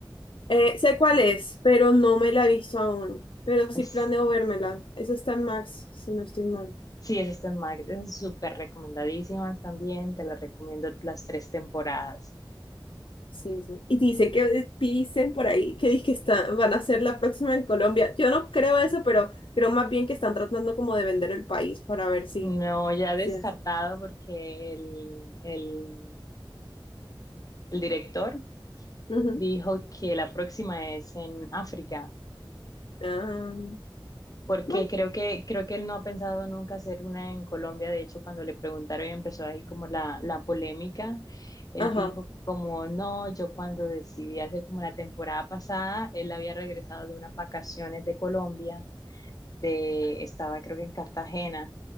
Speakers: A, on the left; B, on the left.
A: Eh, sé cuál es, pero no me la he visto aún. Pero
B: Es-
A: sí planeo vérmela. Esa está en Max, si no estoy mal.
B: sí, esas están mag- esas súper recomendadísimas también, te las recomiendo las tres temporadas.
A: Sí, sí. Y dicen que dicen por ahí que dizque está, van a hacer la próxima en Colombia. Yo no creo eso, pero creo más bien que están tratando como de vender el país para ver si,
B: No, ya descartado
A: si es.
B: porque el, el- el director
A: Ujú.
B: dijo que la próxima es en África,
A: Ah,
B: porque
A: bueno,
B: creo que, creo que él no ha pensado nunca hacer una en Colombia. De hecho, cuando le preguntaron y empezó ahí como la, la polémica, él
A: ajá,
B: dijo como, no, yo cuando decidí hacer como la temporada pasada, él había regresado de unas vacaciones de Colombia, de, estaba creo que en Cartagena.